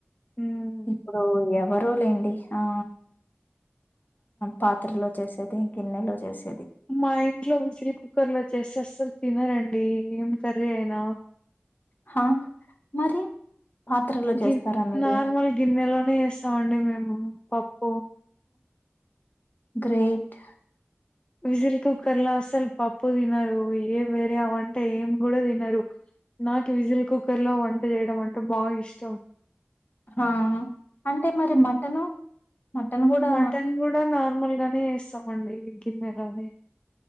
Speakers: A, on the left; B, on the left.
A: హ్మ్.
B: ఇప్పుడు ఎవరో లేండి ఆ పాత్రలో చేసేది గిన్నెలో చేసేది
A: మా ఇంట్లో విజలీ కుక్కర్ లో చేస్తే అస్సలు తినరండి ఏం కర్రీ అయినా
B: హా మరి పాత్రలో
A: గి
B: చేస్తారా మీరు
A: నార్మల్ గిన్నెలోనే వేస్తా మండి మేము పప్పు
B: గ్రేట్
A: విజిల్ కుక్కర్ లో అసలు పప్పు తినరు ఏ వేరే వంట ఏం కూడా తినరు నాకు విజల్ కుక్కర్ లో వంట చేయడం అంటే బాగా ఇష్టం
B: ఆ అంటే మరి మటను మటన్ కూడా
A: మటన్ కూడా నార్మల్ గానే వేస్తామండి గిన్నెలోనే